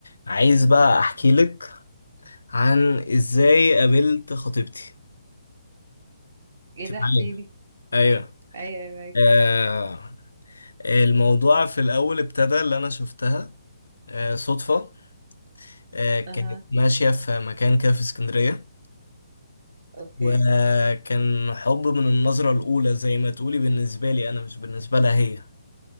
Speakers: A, on the left (about 75°); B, on the right (about 55°).
A: عايز بقى احكي لك عن ازاي قابلت خطيبتي انت
B: ايه ده احكي
A: معايا
B: لي
A: ايوه
B: ايوه ايوه معاك
A: آه الموضوع في الاول ابتدى اللي انا شفتها آه صدفة آه كانت
B: اها
A: ماشية في مكان كده في اسكندرية
B: اوكي
A: وكان حب من النظرة الاولى زي ما تقولي بالنسبة لي انا مش بالنسبة لها هي